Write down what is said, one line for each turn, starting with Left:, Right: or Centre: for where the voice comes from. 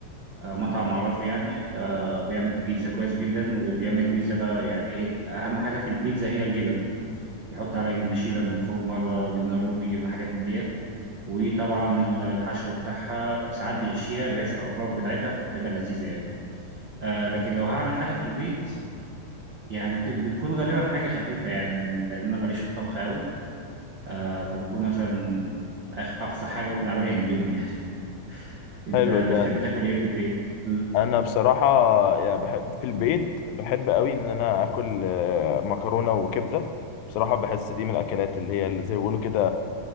Right: آه، مطعم أعرفه يعني آه، بيعمل بيتزا كويس جدا وبيعمل بيتزا بقى يعني إيه أهم حاجة في البيتزا هي الجبن يحط عليها جبنة شيدر من فوق مرة جبنة رومي جبنة حاجات من ديت وطبعا ال- الحشو بتاعها ساعات بيحشيها بيحشي الأطراف بتاعتها فبتبقى لذيذة يعني آه، لكن لو هعمل حاجة في البيت يعني بت- بتكون غالبا حاجة خفيفة يعني لأن أنا ماليش في الطبخ أوي آه فبيكون مثلا أخ- أقصى حاجة ممكن أعملها إندومي يعني <laughs> أنت
Left: حلو ده
Right: بتحب تاكل إيه في البيت؟ مم.
Left: انا بصراحه يعني بحب في البيت بحب قوي ان انا اكل آه، مكرونه وكبده بصراحه بحس دي من الاكلات اللي هي اللي زي ما بيقولوا كده